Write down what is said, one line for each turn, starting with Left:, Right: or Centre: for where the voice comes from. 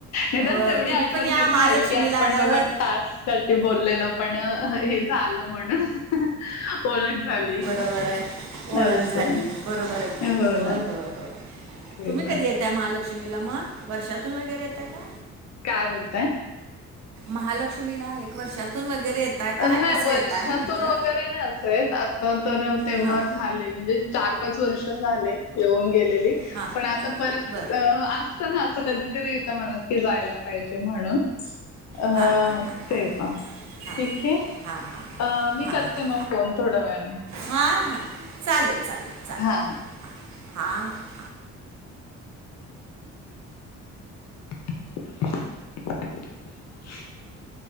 Left: निदान
Right: होय
Left: तेवढी
Right: तुम्ही
Left: आठवण
Right: पण या
Left: तरी
Right: महालक्ष्मीला
Left: राहील की आपण
Right: आल्यावर
Left: बाबा टास्क साठी बोललेलं पण हे झालं म्हणून ओळख झाली.
Right: बरय. ओळख
Left: असं
Right: झाली बरोबर आहे
Left: हो
Right: होय
Left: ना.
Right: होय होय
Left: ते
Right: तुम्ही
Left: पण
Right: कधी येताय मालक लक्ष्मीला म वर्षातून वगैरे येताय का
Left: काय बोलताय
Right: महालक्ष्मीला एक वर्षातून वगैरे येताय का
Left: नाही
Right: कसं
Left: वर्षातून
Right: येताय म्हटलं
Left: वगैरे नाही असं आता तर तेव्हा
Right: हां
Left: झाले म्हणजे चार पाच वर्ष झाले येऊन गेलेली
Right: हां
Left: पण आता परत
Right: बरं
Left: अ असत ना असं कधीतरी येत मनात की जायला पाहिजे म्हणून ह
Right: हां हां हां
Left: तेव्हा
Right: हां हां
Left: ठीक आहे
Right: हां हां हां
Left: अ मी करते
Right: हां
Left: मग फोन थोड्या वेळाने
Right: हां हां चालेल चालेल चालेल
Left: हा हा
Right: हां हां हां
Left: <inaudible>